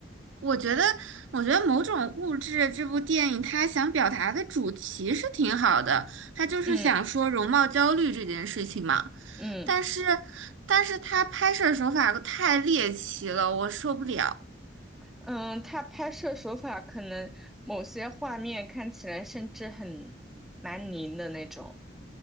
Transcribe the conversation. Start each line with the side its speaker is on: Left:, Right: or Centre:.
Right: 我觉得，我觉得某种物质这部电影，它想表达的主题是挺好的，它就是想说容貌焦虑这件事情嘛。
Centre: 嗯嗯
Right: 但是，但是它拍摄手法太猎奇了，我受不了。
Centre: 嗯，他拍摄手法可能某些画面看起来甚至很蛮凝的那种。